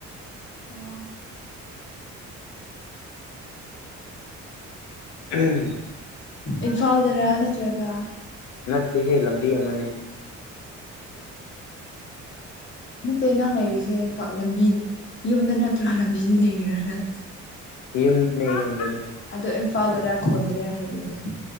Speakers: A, on the left (about 40°); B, on the left (about 85°).
A: ꯑꯣ ꯑꯣ
B: ꯎꯝ
A: ꯏꯝꯐꯥꯜꯗꯔ ꯅꯠꯇ꯭ꯔꯒ
B: ꯅꯠꯇꯦꯍꯦ ꯂꯝꯕꯤ ꯑꯃꯅꯦ
A: ꯅꯠꯇꯦ ꯅꯪ ꯂꯩꯔꯤꯁꯦ ꯂꯝꯕꯤ ꯌꯨꯝꯗ ꯅꯠꯇ꯭ꯔ ꯂꯝꯕꯤꯗ ꯂꯩꯔꯤꯔ ꯅꯡ
B: ꯌꯨꯝꯗꯅꯦ ꯌꯨꯝꯗꯅꯦ
A: ꯑꯗꯣ ꯏꯝꯐꯥꯜꯗꯔ ꯈꯨꯟꯗꯔ ꯍꯥꯏꯕꯅꯤꯗ